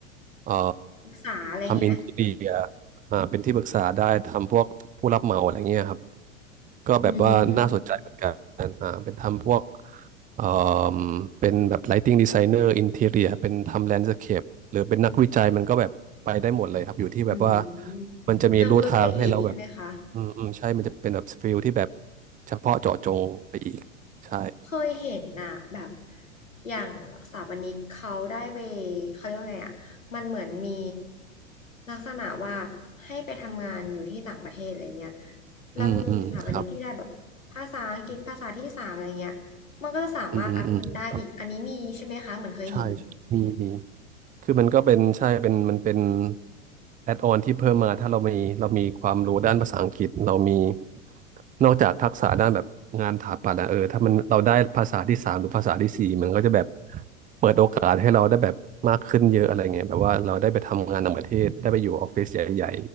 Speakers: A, on the right; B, on the left.
A: เอ่อ
B: ศึกษาอะไรอย่างนี้ไหม
A: ทำอินทีเรีย อ่าเป็นที่ปรึกษาได้ทำพวกผู้รับเหมาอะไรเงี้ยครับก็แบบว่าน่าสนใจเหมือนกันอ่าเป็นทำพวก
B: อืม
A: เอ่มเป็นแบบ lighting designer interior เป็นทำ landscape หรือเป็นนักวิจัยมันก็แบบไปได้หมดเลยครับอยู่ที่แบบว่า
B: อืม
A: มันจะมีลู่ทางให้เราแบบ
B: เชิงลึกไปอีกใช่ไหมคะ
A: อืมอืมใช่มันจะเป็นแบบฟิลที่แบบเฉพาะเจาะจงไปอีกใช่
B: เคยเห็นน่ะแบบอย่างสถาปนิกเขาได้ไปเขาเรียกว่าไงอ่ะมันเหมือนมีลักษณะว่าให้ไปทำงานอยู่ที่ต่างประเทศอะไรเงี้ยแล้วมีสถาปนิกที่ได้แบบภาษาอังกฤษภาษาที่สามอะไรเงี้ยมันก็จะสามารถอัพเงินได้อีกอันนี้มีใช่ไหมคะเหมือนเคยเห็น
A: อืมอืมครับอืมอืมอืมครับใช่มีมี คือมันก็เป็นใช่เป็นมันเป็นแอดออนที่เพิ่มมาถ้าเรามีเรามีความรู้ด้านภาษาอังกฤษเรามีนอกจากทักษะด้านแบบงานถาปัตย์อะเออถ้ามันเราได้ภาษาที่สามหรือภาษาที่สี่มันก็จะแบบเปิดโอกาสให้เราได้แบบมากขึ้นเยอะอะไรเงี้ยแบบว่าเราได้ไปทำงานต่างประเทศได้ไปอยู่ออฟฟิศใหญ่